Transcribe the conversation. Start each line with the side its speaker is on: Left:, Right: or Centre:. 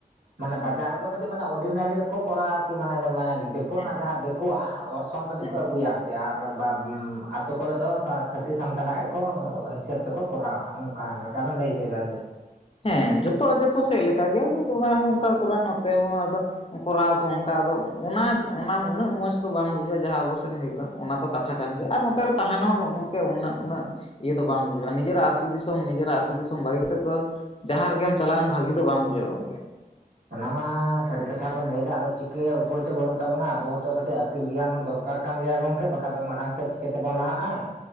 Right: ᱢᱟᱱᱮ ᱵᱟᱡᱟᱨ ᱨᱮ ᱫᱚ ᱠᱟᱹᱴᱤᱡ ᱢᱟᱱᱮ ᱚᱨᱰᱤᱱᱟᱨᱤ ᱨᱮᱠᱚ ᱠᱚᱨᱟᱣᱟ ᱟᱨᱠᱤ ᱢᱟᱱᱮ, ᱫᱤᱠᱩ
Left: ᱦᱮᱸ
Right: ᱨᱮᱱᱟᱜ ᱡᱟᱦᱟᱸ ᱫᱤᱠᱩᱣᱟᱜ ᱚᱨᱥᱚᱝ ᱠᱟᱹᱴᱤᱡ
Left: ᱦᱮᱸ
Right: ᱠᱚ ᱟᱹᱜᱩᱭᱟ ᱟᱨᱠᱤ ᱟᱨ
Left: ᱦᱮᱸ
Right: ᱟᱛᱳ, ᱠᱚᱨᱮ ᱫᱚ ᱠᱷᱟᱹᱴᱤ ᱥᱟᱱᱛᱟᱲᱟᱜ ᱜᱮᱠᱚ ᱦᱤᱥᱟᱹᱵ ᱛᱮᱠᱚ ᱠᱚᱨᱟᱣᱟ ᱚᱱᱠᱟ ᱞᱮᱠᱟ ᱵᱮᱱ ᱞᱟᱹᱭ ᱚᱪᱚᱭᱮᱫᱟ ᱥᱮ ᱪᱮᱫ?
Left: ᱦᱮᱸ ᱡᱚᱛᱚ, ᱡᱚᱛᱚ ᱥᱮᱫ ᱞᱮᱠᱟᱜᱮ ᱚᱱᱟ ᱦᱚᱸ ᱚᱱᱠᱟ ᱠᱚᱨᱟᱣ ᱱᱚᱛᱮ ᱦᱚᱸ ᱟᱫᱚ, ᱠᱚᱨᱟᱣ ᱠᱚ ᱚᱱᱠᱟ ᱟᱫᱚ ᱚᱱᱟ ᱚᱱᱟ ᱩᱱᱟᱹᱜ ᱢᱚᱸᱡᱽ ᱫᱚ ᱵᱟᱝ ᱵᱩᱡᱟᱹᱜᱼᱟ ᱡᱟᱦᱟᱸ ᱟᱵᱚ ᱥᱮᱱ ᱦᱩᱭᱩᱜᱼᱟ ᱚᱱᱟ ᱫᱚ, ᱠᱟᱛᱷᱟ ᱠᱟᱱ ᱜᱮᱭᱟ ᱟᱨ ᱱᱚᱛᱮ ᱨᱮ ᱛᱟᱦᱮᱱ ᱨᱮᱦᱚᱸ ᱜᱚᱝᱠᱮ ᱩᱱᱟᱹᱜ ᱩᱱᱟᱹᱜ ᱤᱭᱟᱹ ᱫᱚ ᱵᱟᱢ ᱵᱩᱡᱷᱟᱹᱜᱼᱟ ᱱᱤᱡᱮᱨᱟᱜ ᱟᱹᱛᱩ ᱫᱤᱥᱚᱢ ᱱᱤᱡᱮᱨᱟᱜ ᱟᱹᱛᱩ ᱫᱤᱥᱚᱢ ᱵᱷᱟᱹᱜᱤ ᱠᱟᱛᱮ ᱫᱚ, ᱡᱟᱦᱟᱸ ᱨᱮᱜᱮᱢ ᱪᱟᱞᱟᱣᱮᱱ ᱵᱷᱟᱹᱜᱤ ᱫᱚ ᱵᱟᱝ ᱵᱩᱡᱷᱟᱹᱜ-ᱟ ᱜᱚᱢᱠᱮ?
Right: ᱚᱱᱟ ᱢᱟ ᱥᱟᱹᱨᱤ ᱠᱟᱛᱷᱟ ᱵᱮᱱ ᱞᱟᱹᱭ ᱫᱟ ᱟᱫᱚ ᱪᱤᱠᱟᱹᱭᱟ ᱩᱯᱟᱹᱭ ᱛᱚ ᱵᱟᱹᱱᱩᱜ ᱛᱟᱵᱚᱱᱟ ᱟᱵᱚ ᱦᱚᱸᱛᱚ ᱠᱟᱹᱴᱤᱡ ᱟᱹᱠᱤᱞ ᱜᱮᱭᱟᱱ ᱦᱚᱸ ᱫᱚᱨᱠᱟᱨ᱾ ᱫᱚᱠᱟᱨ ᱠᱟᱱ ᱜᱮᱭᱟ ᱜᱚᱝᱠᱮ ᱵᱟᱠᱷᱟᱡ ᱫᱚ ᱢᱟᱲᱟᱝ ᱥᱮᱫ ᱪᱤᱠᱟᱹ ᱛᱮᱵᱚᱱ ᱞᱟᱦᱟᱜᱼᱟ,